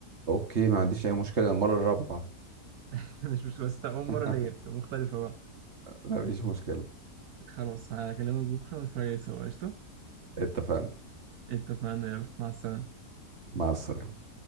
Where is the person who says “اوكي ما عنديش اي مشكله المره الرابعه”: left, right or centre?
Right